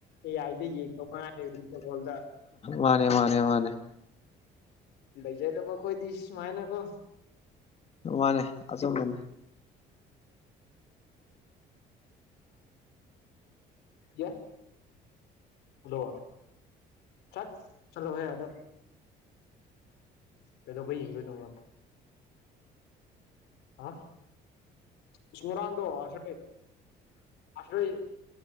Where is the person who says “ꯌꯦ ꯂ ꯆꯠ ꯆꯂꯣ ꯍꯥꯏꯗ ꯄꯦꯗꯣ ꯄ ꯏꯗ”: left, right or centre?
Left